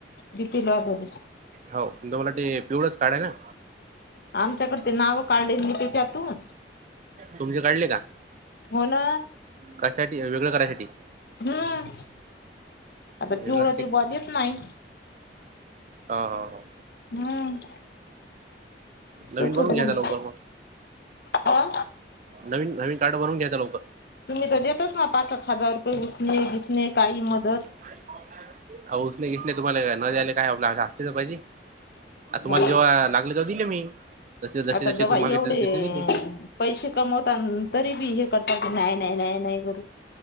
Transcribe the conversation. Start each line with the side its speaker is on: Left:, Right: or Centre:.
Left: बीपील लागते.
Right: हो तुम्हाला ते पिवळच कार्ड आहे ना.
Left: आमच्याकड ते नाव काढले नि तेच्यातून.
Right: तुमचे काढले का
Left: हो ना
Right: कशासाठी वेगळं करायसाठी.
Left: हम्म आता
Right: वेगळं
Left: पिवळं
Right: साठी.
Left: ते बॉ देत नाही
Right: हो, हो, हो.
Left: हम्म.
Right: नवीन
Left: तस
Right: बनवून
Left: मनलं
Right: घ्यायचा लवकर मग
Left: हां.
Right: नवीन, नवीन कार्ड बनून घे आता लवकर.
Left: तुम्ही तर देतच नाई, पाचेक हजार रुपये ऊसणे बिसणे काही मदत.
Right: अवो उ्सने बिसने न तुम्हाला न द्यायला काय, असले तर पाहिजे. आ तुम्हाला
Left: ह
Right: जेव्हा लागले तेव्हा दिले मी. तसे जसे
Left: आता
Right: जसे
Left: जवा
Right: तुम्ही मागितले
Left: एवढेऽ
Right: तसे ते दिले
Left: पैशे कमवता अनं तरी बी हे करतात, की, नाही, नाही, नाही, नाही करून.